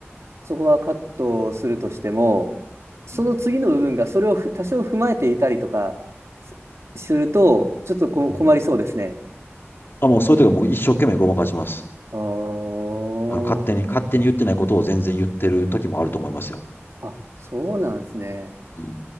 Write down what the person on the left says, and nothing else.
うん
うんあ、もうそういう時はもう一生懸命ごまかします。
あの、勝手に、勝手に言ってないことを全然言ってる時もあると思いますよ。
うん。